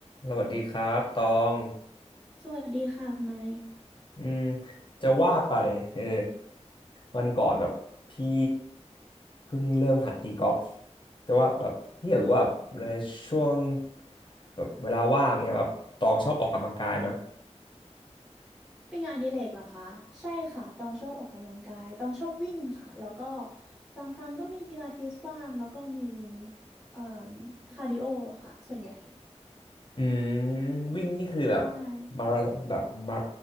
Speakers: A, on the left; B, in the centre.
A: สวัสดีครับตอง
B: สวัสดีค่ะคุณไม้
A: อืมจะว่าไปเออวันก่อนแบบพี่เพิ่งเริ่มหัดตีกอล์ฟจะว่าแบบพี่อยากรู้ว่าในช่วงแบบเวลาว่างเนี้ยแบบตองชอบออกกำลังกายไหม
B: เป็นงานอดิเรกเหรอคะใช่ค่ะต้องชอบออกกำลังกายต้องชอบวิ่งค่ะแล้วก็บางครั้งก็มีพิลาทิสบ้างแล้วก็มีเอ่อคาร์ดิโอค่ะส่วนใหญ่
A: อืมวิ่งนี่คือแบบ
B: ใช่
A: มาราแบบมา